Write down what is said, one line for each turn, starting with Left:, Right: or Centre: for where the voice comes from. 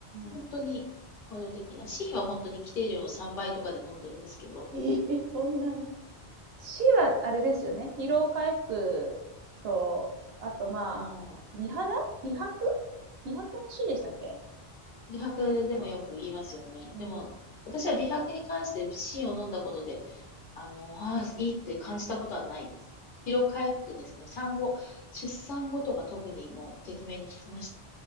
Left: 本当に補助的な、
Right: ん。
Left: C は本当に規定量の3倍とかで飲んでるんですけど、
Right: ええ、そんなに。C はあれですよね。疲労回復と、あとまあ、
Left: まあ、
Right: 美肌美白美白も C でしたっけ
Left: 美白でもよく言いますよね。
Right: うん。
Left: でも、
Right: あ
Left: 私は美白に関して C を飲んだことで、あの、ああ、いいって感じたことはないです。疲労回復ですね。産後、出産後とか特にもう、てきめんに効きました。